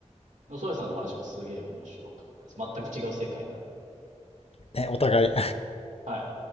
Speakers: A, on the right; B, on the left.
A: でそソさんの話もすげえ面白かったです。全く違う世界なんで。
B: ね、お互い。
A: はい。